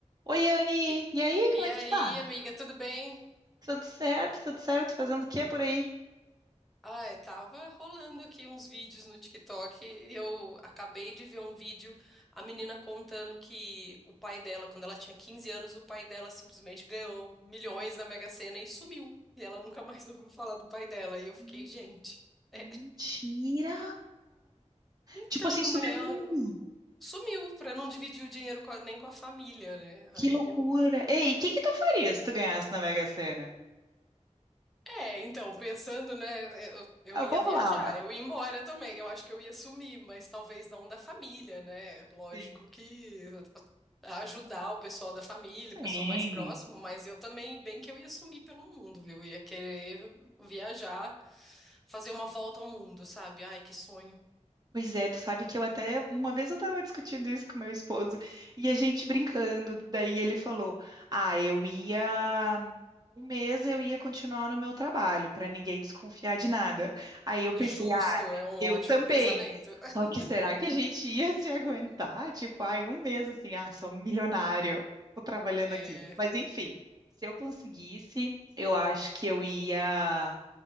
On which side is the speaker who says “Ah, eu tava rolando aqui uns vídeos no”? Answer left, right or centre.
Centre